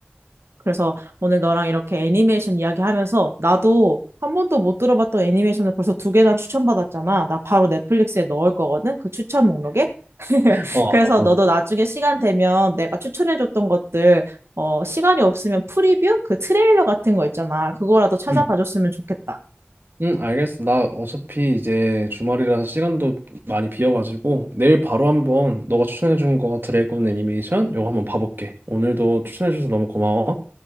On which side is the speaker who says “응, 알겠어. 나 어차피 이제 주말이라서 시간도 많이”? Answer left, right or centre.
Right